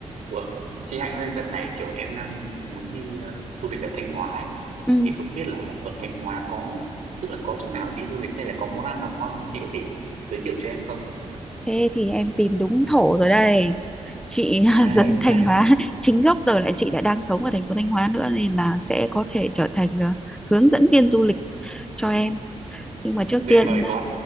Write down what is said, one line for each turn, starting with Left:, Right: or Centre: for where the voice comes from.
Right: Ủa, chị Hạnh ơi, đợt này kiểu em đang muốn đi ờ, du lịch ở Thanh Hóa ấy.
Centre: Ừ,
Right: Thì không biết là ở Thanh Hóa có tức là có chỗ nào đi du lịch hay là có món ăn nào ngon không? chị có thể giới thiệu cho em không?
Centre: thế thì em tìm đúng thổ rồi đây chị <laughs>
Right: Đấy,
Centre: dân Thanh
Right: trời,
Centre: Hóa chính gốc giờ lại chị lại đang sống ở thành phố Thanh Hóa nữa nên là sẽ có thể trở thành ờ, hướng dẫn viên du lịch cho em nhưng mà trước
Right: tuyệt
Centre: tiên
Right: vời
Centre: ờ,
Right: quá.